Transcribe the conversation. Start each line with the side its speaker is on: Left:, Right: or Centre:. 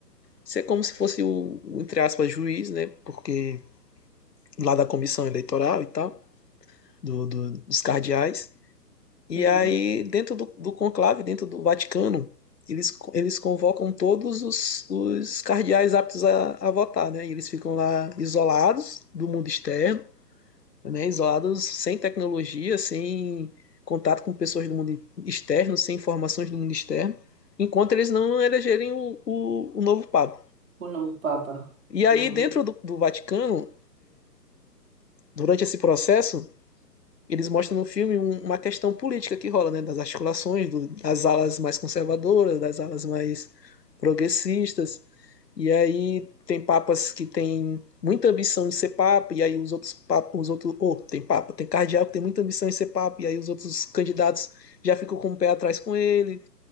Left: ser como se fosse o, o, entre aspas, juiz, né? Porque lá da comissão eleitoral e tal, do, do- dos cardeais. E
Right: uhum.
Left: aí, dentro do, do conclave, dentro do Vaticano, eles, co- eles convocam todos os, os cardeais aptos a, a votar, né? E eles ficam lá isolados do mundo externo né, isolados, sem tecnologia, sem contato com pessoas do mundo externo, sem informações do mundo externo, enquanto eles não elegerem o, o, o novo Papa.
Right: O novo Papa.
Left: E aí,
Right: Hum.
Left: dentro do, do, Vaticano, durante esse processo, eles mostram no filme um, uma questão política que rola, né, das articulações, do, das alas mais conservadoras, das alas mais progressistas, E aí tem papas que tem muita ambição de ser papa, e aí os outros papas, os outros, oh, tem papa, tem cardeal que tem muita ambição de ser papa, e aí os outros candidatos já ficam com o pé atrás com ele,